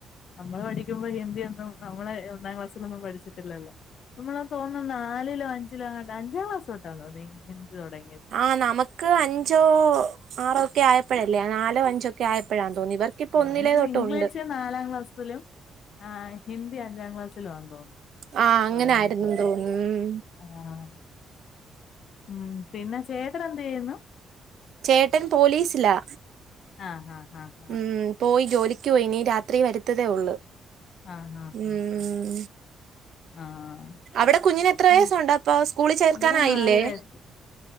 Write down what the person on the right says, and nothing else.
ആഹ് നമക്ക് അഞ്ചോ ആറോ ഒക്കെ ആയപ്പോഴല്ലേ? നാലോ അഞ്ചോ ഒക്കെ ആയപ്പോഴാന്ന് തോന്നുന്നു ഇവർക്കിപ്പോ
ഒന്നിലേ
തൊട്ട്
ഉണ്ട്
ആ അങ്ങനെ
ആയിരുന്നെന്ന് തോന്നുന്നു ഉം
ചേട്ടൻ പോലീസിലാ.
ഉം പോയി ജോലിക്ക് പോയി. ഇനി രാത്രി വര്ത്തതേ ഉള്ളൂ.
ഉം.
അവ്ടെ കുഞ്ഞിന് എത്ര
വയസ്സുണ്ട് അപ്പൊ? സ്കൂളിൽ ചേർക്കാനായില്ലേ?